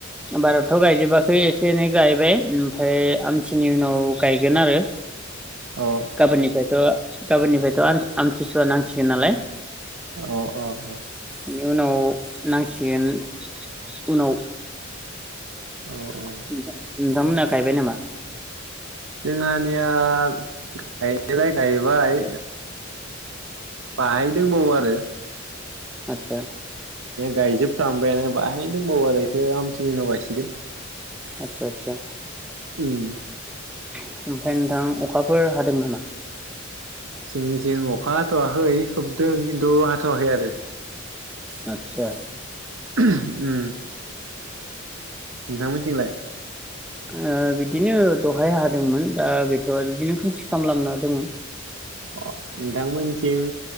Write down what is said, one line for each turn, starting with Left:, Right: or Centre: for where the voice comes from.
Centre: बाराथ' गायजोबाखै एसे एनै गायबाय ओमफ्राय आमथिनि उनाव गायगोन आरो
Right: अ
Centre: गाबोननिफ्रायथ' गाबोननिफ्रायथ' आमथिसुवा नांसिगोन नालाय
Right: औ औ औ
Centre: बेनि उनाव नांसिगोन उनाव
Right: अ औ
Centre: <inaudible>
Right: औ
Centre: नोंथां मोनहा गायबाय नामा?
Right: जोंहानिया गायनायलाय गायबाय बाहायदोंबावो आरो
Centre: आतसा
Right: गायजोबखांबायानो बाहाय दंबावो आरो बेखौ आमथिनि उनाव गायसिगोन
Centre: आतसा आतसा
Right: उम
Centre: ओमफ्राय नोंथां अखाफोर हादों नामा?
Right: जोंनि जिं अखा हाथ'वाखै खोबदों किनतु हाथ'वाखै आरो
Centre: आतसा
Right: <inaudible> ओम नोंथांमोनथिंलाय?
Centre: ओ बिदिनो दहाय हादोंमोन दा बेथ' बिदिनो खोमसि खालामलांना दङ
Right: अ नोंथांमोनथिं